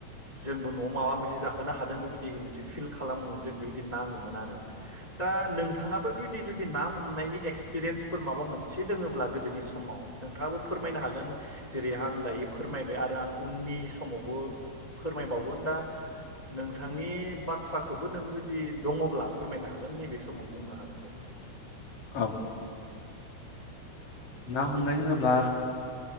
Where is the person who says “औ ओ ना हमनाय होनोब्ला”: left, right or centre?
Left